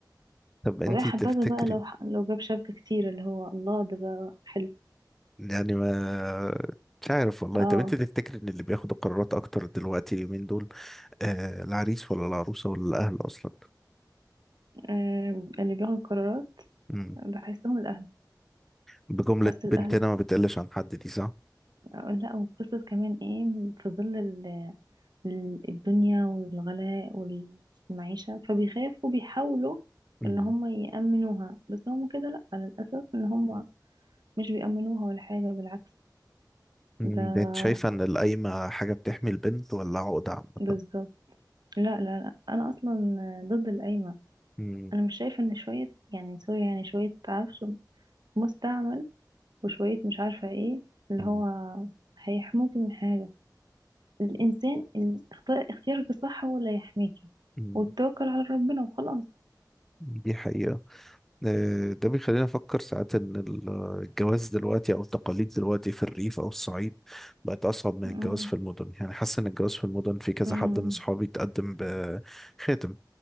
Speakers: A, in the centre; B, on the right.
A: طب انتي
B: ويا حبذا
A: تفتكري
B: بقى لو ح- لو جاب شبكة كتير اللي هو الله ده بقى حلو
A: يعني ما مش عارف والله
B: اه
A: طب انت تفتكر ان اللي بياخد القرارات اكتر دلوقتي اليومين دول آه العريس ولا العروسه ولا الاهل اصلا
B: آه، اللي بياخدوا القرارات
A: مم.
B: بحسهم الاهل
A: بجمله
B: بحس الاهل
A: بنتنا ما بتقلش عن حد دي صح
B: آه، لا وقصة كمان ايه في ظل ال- ال- الدنيا والغلاء والمعيشة فبيخافوا بيحاولوا
A: مم.
B: ان هم يأمنوها بس هم كده لا للأسف ان هم مش بيأمنوها ولا حاجة بالعكس
A: مم.
B: ده
A: ده انت شايفه ان القايمه حاجه بتحمي البنت ولا عقده عامه
B: بالظبط لا لا لا انا اصلا ضد القايمه
A: مم.
B: انا مش شايفه ان شويه يعني سوري يعني شويه عفش مستعمل وشويه مش عارفه ايه اللي
A: مم.
B: هو هيحموكي من حاجه الانسان ال- اختار- اختيارك الصح هو اللي هيحميكي
A: مم.
B: والتوكل على ربنا وخلاص
A: دي حقيقه آه، ده بيخلينا نفكر ساعات إن ال- الجواز دلوقتي أو التقاليد دلوقتي في الريف أو الصعيد بقت أصعب من
B: امم
A: الجواز في المدن يعني حاسس إن الجواز في المدن في كذا
B: امم
A: حد من صحابي تقدم بخاتم